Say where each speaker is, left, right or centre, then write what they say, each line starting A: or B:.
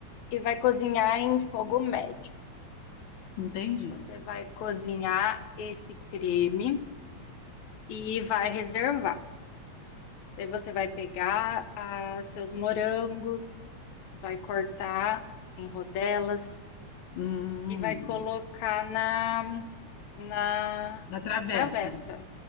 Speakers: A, on the left (about 75°); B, on the left (about 55°).
A: e vai cozinhar em fogo médio.
B: entendi.
A: Você vai cozinhar esse creme e vai reservar. Daí você vai pegar ah, seus morangos, vai cortar em rodelas
B: Hum,
A: e vai colocar na, na,
B: na travessa.
A: na travessa.